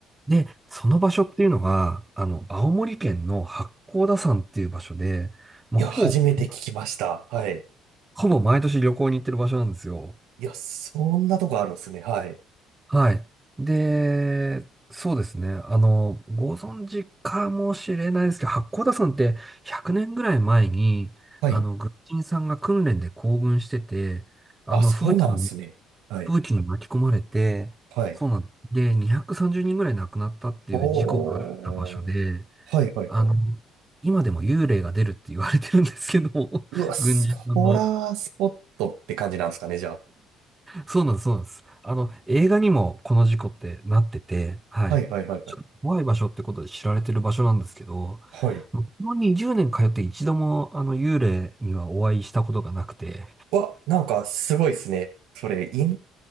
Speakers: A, on the right (about 15°); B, on the right (about 75°).
A: で、その場所っていうのが、あの、青森県の八甲田山っていう場所で、もうほぼ、
B: いや、初めて聞きました。はい。
A: ほぼ毎年旅行に行ってる場所なんですよ。
B: いや、そんなとこあるんですね。はい。
A: はい。で、そうですね。あの、ご存知かもしれないですけど、八甲田山って100年ぐらい前に、
B: はい。
A: あの、軍人さんが訓練で行軍してて、あの、
B: あ、そうなんですね。
A: 風紀に、
B: はい。
A: 風紀に巻き込まれて、
B: はい。
A: そうなんです。で、230人ぐらい亡くなったっていう事故があった場所で、
B: おー。はいはいはい。
A: あの、今でも幽霊が出るって言われてるんですけど、
B: うわ、
A: <laughs>
B: スコラースポットって感じなんですかね、
A: 軍人さんの。
B: じゃあ。
A: そうなんです、そうなんです。あの、映画にもこの事故ってなってて、はい。
B: はいはいはいはい。
A: ちょっと怖い場所ってことで知られてる場所なんですけど、
B: はい
A: この20年通って一度もあの幽霊にはお会いしたことがなくて、
B: わ、なんかすごいですね。それ、いん、